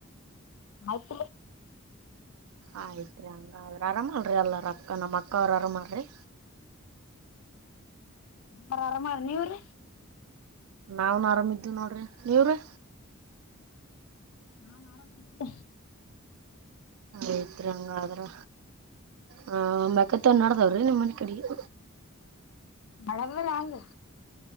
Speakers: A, on the left (about 80°); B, on the right (about 80°).
A: ಆತ
B: ಆಯ್ತ್ರಿ ಹಂಗಾದ್ರ ಆರಾಮಲ್ರಿ ಎಲ್ಲಾರ ಅಕ್ಕ ನಮ್ಮ ಅಕ್ಕ ಅವ್ರ ಆರಾಮಲ್ರಿ
A: ಅವರರಾಮ ಮಾಡ ನೀ ಅವ್ರ
B: ನಾಾವನ್ ಆರಾಮಿದ್ದೇವಿ ನೋಡ್ರಿ ನೀವ್ರೀ
A: ನಾನ್ು ಆರಾಮ ಇದ್ದಿದ್ದ
B: ಆಯ್ತ್ರಿ ಹಂಗಾದ್ರ ಹ ಮಕತ್ತ ಒನ್ಾಡತಾವ್ರೀ ನಿಮ್ಮ ಮನೆ ಕಡೆಗೆ
A: ಬಳವಾಂಗ